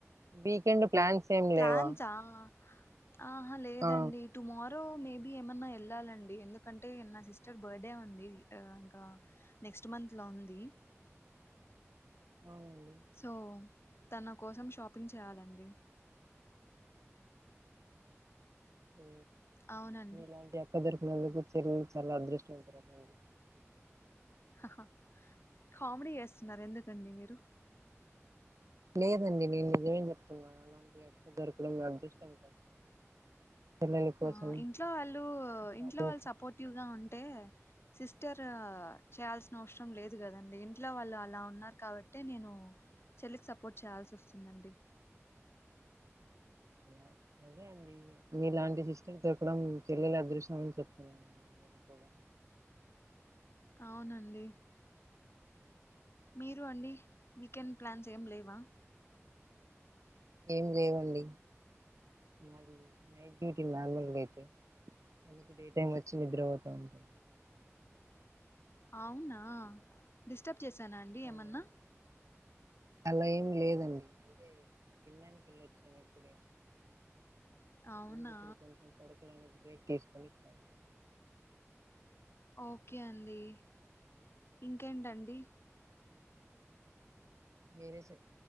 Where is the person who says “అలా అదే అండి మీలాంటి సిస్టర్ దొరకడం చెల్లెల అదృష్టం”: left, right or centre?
Right